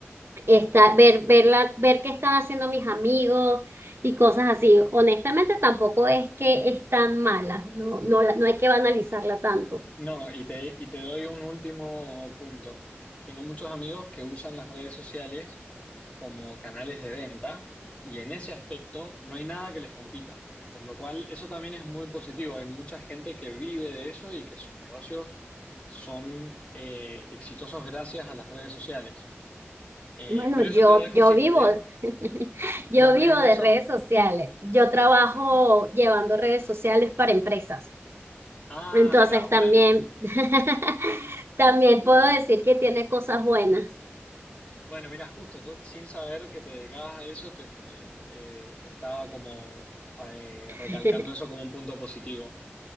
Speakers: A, on the right (about 65°); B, on the left (about 25°).
A: esta- ver, ver, la- ver qué están haciendo mis amigos y cosas así. Honestamente, tampoco es que es tan mala, no, no, la- no hay que banalizarla tanto.
B: No, y te, y te doy un último punto. Tengo muchos amigos que usan las redes sociales como canales de venta y en ese aspecto no hay nada que les compita, por lo cual eso también es muy positivo. Hay mucha gente que vive de eso y que sus negocios son eh, exitosos gracias a las redes sociales. Eh,
A: Bueno,
B: pero
A: yo,
B: eso te lo dejo
A: yo
B: si
A: vivo,
B: querés.
A: <laughs>
B: ¿Vos
A: yo
B: vivís
A: vivo
B: de
A: de
B: eso?
A: redes sociales. Yo trabajo llevando redes sociales para empresas.
B: Ah,
A: Entonces
B: mira, bueno,
A: también, <laughs> también
B: justo.
A: puedo decir que tiene cosas buenas.
B: Bueno, mira, justo, yo sin saber que te dedicabas a eso, te, eh, eh, estaba como eh,
A: <laughs>
B: recalcando eso como un punto positivo.